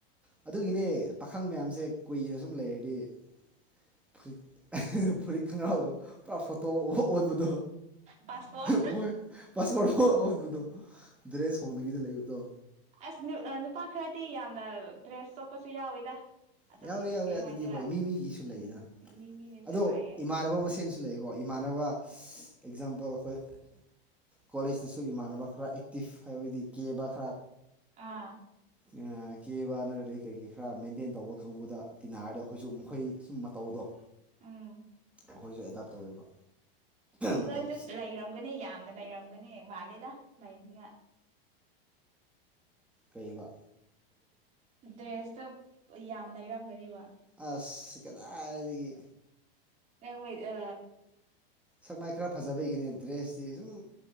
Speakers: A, in the centre; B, on the right.
A: ꯑꯗꯨꯒꯤꯅꯦ ꯄꯥꯈꯪ ꯃꯌꯥꯝꯁꯦ ꯀꯨꯏꯅ ꯁꯨꯝ ꯂꯩꯔꯗꯤ ꯐꯨꯔꯤ ꯐꯨꯔꯤꯠ ꯈꯪꯡꯒꯔꯥꯎꯕ <unintelligible> ꯑꯣꯟꯕꯗꯣ
B: ꯄꯥꯁꯄꯣꯔꯠ
A: ꯃꯣꯏ ꯄꯥꯁꯄꯣꯔꯠ ꯑꯣꯟꯕꯗꯣ ꯗ꯭ꯔꯦꯁ ꯍꯣꯡꯗꯕꯤꯗ ꯂꯩꯕꯗꯣ
B: ꯑꯁ ꯅꯨꯄꯥ ꯈꯔꯗꯤ ꯌꯥꯝꯅ ꯗ꯭ꯔꯦꯁ ꯆꯣꯛꯄꯁꯨ ꯌꯥꯎꯋꯤꯗ ꯑꯗꯨꯝ
A: ꯌꯥꯎꯋꯤ ꯌꯥꯎꯋꯤ
B: ꯀꯩ
A: ꯑꯗꯨꯗꯤ
B: ꯍꯥꯏꯗꯣꯏꯔꯥ
A: ꯍꯣꯏ ꯃꯤ ꯃꯤꯒꯤꯁꯨ ꯂꯩꯗꯅ
B: ꯎꯝ ꯃꯤ ꯃꯤꯅꯁꯨ
A: ꯑꯗꯣ
B: ꯂꯥꯛꯑꯦ
A: ꯏꯃꯥꯟꯅꯕ ꯃꯁꯦꯟꯁꯨ ꯂꯩꯀꯣ ꯏꯃꯥꯟꯅꯕ ꯑꯦꯛꯖꯥꯝꯄꯜ ꯑꯈꯣꯏ ꯀꯣꯂꯦꯖꯇꯁꯨ ꯏꯃꯥꯟꯅꯕ ꯈꯔ ꯑꯦꯛꯇꯤꯞ ꯍꯥꯏꯕꯗꯤ ꯀꯦꯕ ꯈꯔ
B: ꯑꯥ
A: ꯑꯥ ꯀꯦꯕ ꯅꯠꯇ꯭ꯔꯗꯤ ꯀꯩ ꯀꯩ ꯈꯔ ꯃꯦꯟꯇꯦꯟ ꯇꯧꯕ ꯀꯥꯡꯒꯨꯗ ꯇꯤꯟꯅꯔꯗꯤ ꯑꯈꯣꯏꯁꯨ ꯃꯈꯣꯏ ꯁꯨꯝ ꯃꯇꯧꯗꯣ
B: ꯎꯝ
A: ꯑꯈꯣꯏꯁꯨ ꯑꯦꯗꯥꯞ ꯇꯧꯋꯦꯕ
B: ꯎꯝ
A: ꯃꯇꯧ
B: ꯅꯣꯏꯁꯨ ꯂꯩꯔꯝꯒꯅꯤ ꯌꯥꯝꯅ ꯂꯩꯔꯝꯒꯅꯤ ꯃꯥꯜꯂꯦꯗ ꯂꯩꯅꯤꯉꯥꯏ
A: ꯀꯩꯑꯕ
B: ꯗ꯭ꯔꯦꯁꯇ ꯌꯥꯝ ꯂꯩꯔꯝꯒꯅꯦꯕ
A: ꯑꯁ ꯀꯗꯥꯥꯏꯗꯒꯤ
B: ꯅꯣꯏ ꯑ
A: ꯁꯛ ꯃꯥꯏ ꯈꯔ ꯐꯖꯕꯩꯒꯤꯅꯦ ꯗ꯭ꯔꯦꯁꯇꯤ ꯁꯨꯝ